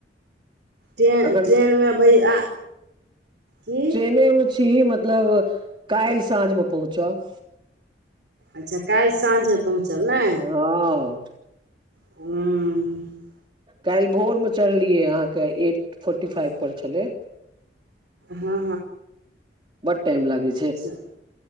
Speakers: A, on the right (about 70°); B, on the right (about 30°).
A: ट्रेन
B: ऐखन
A: ट्रेनमे बै आ की
B: ट्रेनें में छी मतलब काल्हि साँझ मे पहुँचब
A: अच्छा काल्हि साँझे पहुचब नै
B: हाँ
A: हूँम-
B: काल्हि भोर में चढ़लियै अहाँ के एट फोर्टी फाइव पर छलै
A: हँ
B: बड़ टाइम लागे
A: अच्छा